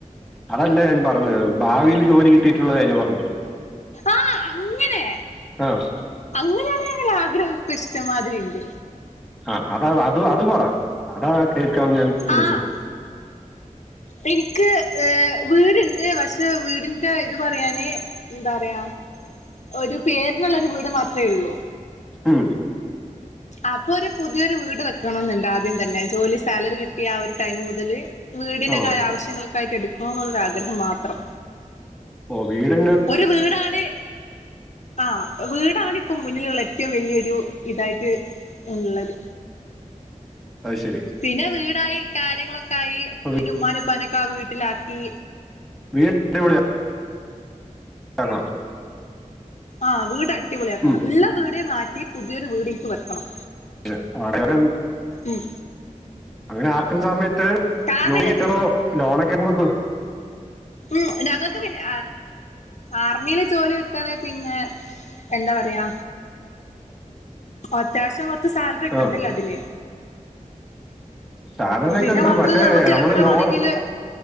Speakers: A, in the centre; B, on the left (about 60°).
A: അതല്ല ഞാൻ പറഞ്ഞത് ഭാവിയിൽ ജോലി കിട്ടിയിട്ടുള്ള കാര്യ പറഞ്ഞ
B: ആഹ അങ്ങനെ
A: ആഹ
B: അങ്ങനെയാണ് ഞങ്ങള ആഗ്രഹമൊക്കെ ഇഷ്ടംമാതിരി ഉണ്ട്
A: ആ അത അത് അത് പറ അതാ കേൾക്കാ ഞാൻ ചോദിച്ച.
B: ആഹ് എനിക്ക് ഏ വീടുണ്ട് പക്ഷെ വീടിന്റെ ഇത് പറയാന് എന്താ പറയാ ഒരു പേരിനുള്ള ഒരു വീട് മാത്രമേ ഉള്ളൂ.
A: ഉം
B: അപ്പൊ ഒരു പുതിയൊരു വീട് വെക്കണ എന്നുണ്ട് ആദ്യം തന്നെ ജോലി സാലറി കിട്ടിയ ആ ഒരു ടൈം മുതല് വീടിന്റെ
A: ആ
B: കാല ആവശ്യങ്ങൾക്കായിട്ട് എടുക്കണം എന്നുള്ള ആഗ്രഹം മാത്രം
A: ഓ വീട്
B: ഒരു വീടാണ് ആഹ വീടാണ് ഇപ്പം മുന്നിലുള്ള ഏറ്റവും വലിയൊരു ഇതായിട്ട് ഉള്ളത്.
A: അത് ശരി
B: പിന്നെ വീടായി കാര്യങ്ങളൊക്കെ ആയി
A: അപ്പൊ
B: പിന്നെ ഉമ്മാനപ്പനൊക്കെ ആ വീട്ടിലാക്കി
A: വീട്ടടിപളിയ <unintelligible>
B: ആഹ് വീട് അടിപൊളിയ ആക്കണം
A: ഉം
B: ഇള്ള വീട് മാറ്റി പുതിയൊരു വീട് എനിക്ക് വെക്കണം.
A: <unintelligible>
B: ഉം
A: അങ്ങനെ ആക്കുന്ന സമയത്ത്
B: കാരണം
A: ജോലി കിട്ടണോ ലോണൊക്കെ ആവുമ്പോ
B: ഉ ഞങ്ങൾക്ക് പിന്നെ ആർമിയില് ജോലി കിട്ടണെ പിന്നെ എന്താ പറയാ അത്യാവശ്യം കൊറച്ച് സാലറി ഒക്കെ
A: ആ
B: ഉണ്ടല്ലോ അതില്
A: സാലറി ഒക്കെ
B: പിന്നെ
A: ഉണ്ട്
B: മാത്രമല്ല
A: പക്ഷെ
B: നമുക്ക്
A: നമ്മള്
B: എവിടെ
A: ലോൺ
B: വേണെങ്കില്